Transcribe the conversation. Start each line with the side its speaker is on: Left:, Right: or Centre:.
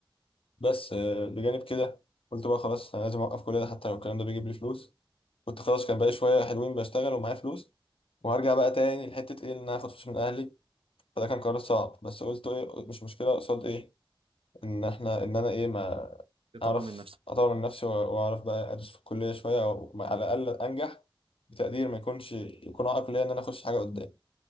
Left: بس آه، بجانب كده قلت بقى خلاص انا لازم اوقف كل ده حتى لو الكلام ده بيجيب لي فلوس كنت خلاص كان بقى شويه حلوين بشتغل ومعايا فلوس وهرجع بقى تاني لحته ايه ان انا هاخد فلوس من اهلي فده كان قرار صعب بس قلت ايه مش مشكله قصاد ايه ان احنا ان انا ايه ما
Right: تطور
Left: اعرف
Right: من نفسك
Left: اطور من نفسي وأ- واعرف بقى ادرس في الكليه شويه او م- على الاقل انجح بتقدير ما يكونش يكون عائق ليا ان انا اخش حاجه قدام